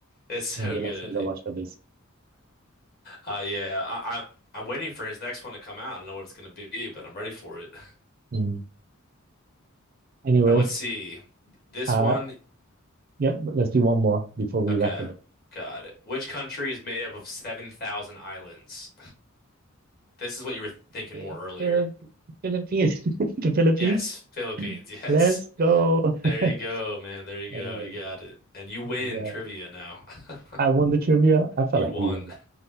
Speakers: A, on the left; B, on the right.
A: It's so
B: One of the
A: good.
B: last ones I watched of this.
A: Uh yeah, I, I I'm waiting for his next one to come out. I don't know what it's gonna be, but I'm ready for it. <laughs>
B: Mm. Anyway,
A: All right, let's see. This
B: uh,
A: one,
B: yep, let's do one more before we
A: okay,
B: wrap it up.
A: got it. Which country is made up of 7,000 islands? This is what you were thinking
B: Phil-
A: more earlier.
B: Phil- Philippines. <laughs> The Philippines.
A: Yes, Philippines. <laughs> Yes.
B: Let's go. <laughs>
A: There you go, man. There you
B: Anyway,
A: go. You got it. And you win
B: that was uh
A: trivia now. <laughs>
B: I won the trivia. I felt
A: You
B: like
A: won.
B: you won that.
A: <laughs>